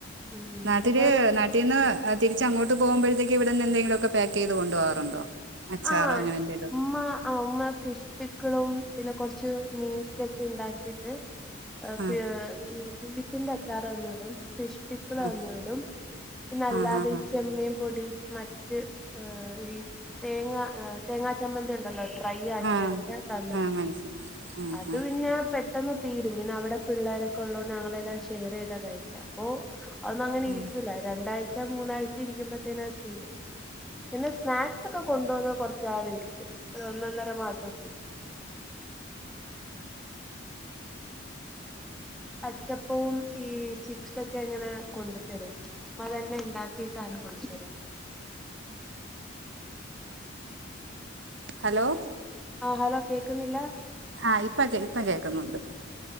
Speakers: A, in the centre; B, on the right (about 65°).
A: ഉം
B: നാട്ടില്
A: പക്ഷെ ഒരു
B: ന ട്ടീന്ന് തിരിച്ചങ്ങോട്ട് പോകുമ്പഴത്തേക്ക് ഇവിടുന്ന് എന്തെങ്കിലൊക്കെ പേക്കേയ്ത് കൊണ്ട് പോകാറുണ്ടോ അച്ചാറോ
A: ആഹ്‌
B: അങ്ങനെ എന്തേലുമൊക്കെ
A: ഉമ്മ ആഹ്‌ ഉമ്മ ഫിഷ്പിക്ക്‌ളും പിന്നെ കൊറച്ച് മീറ്റൊക്കെ ഇണ്ടാക്കിട്ട് എഹ്
B: ആ
A: ഈ ബീഫിന്റെ അച്ചാറ്തന്നു വിടും ഫിഷ് - പിക്കിള്
B: ആ
A: തന്നു വിടും പിന്നെല്ലാതെ
B: ആ ആ
A: ഈ ചെമ്മീൻ പൊടി മ റ്റ് ആഹ് ഈ തേങ്ങ തേങ്ങാ ചമ്മന്തിണ്ടല്ലോ ഫ്രൈയി
B: ആ
A: ആക്കിയതൊക്കെ
B: ആ
A: തന്ന്‌
B: ആ
A: വിടും
B: മനസ്സിലായി മനസ്സിലായി ആ
A: അത്
B: ആ
A: പിന്നെ പെ ട്ടെന്ന് തീരും പിന്നെ അവിടെ പിള്ളേരൊക്കെ ഉള്ളൊണ്ട് ഞങ്ങളെല്ലാം ഷെയർ ചെയ്താ കഴിയ്ക്ക അപ്പൊ അതൊന്നും അങ്ങനെ
B: ഉം
A: ഇരിക്കൂല രണ്ടാഴ്ച മൂന്നാഴ്ച ഇരിക്കുമ്പത്തേന അത് തീരും പിന്നെ സ്നാക്സ് അതൊക്കെ കൊണ്ട് പോന്ന കൊറച്ച്നാൾ ഇരിക്കും ഒരു ഒന്നൊന്നര മാസൊക്കെ ഇരിക്കും അച്ചപ്പവും ഈ ചിപ്സൊക്കെ ഇങ്ങനെ കൊണ്ടു തരും മ്മതന്നെ ഇണ്ടാക്കിട്ടാണ് കൊണ്ട്തര
B: ഹലോ
A: ആഹ് ഹലോ കേക്കുന്നില്ല
B: ആഹ് ഇപ്പ ഇപ്പ കേൾക്കുന്നുണ്ട്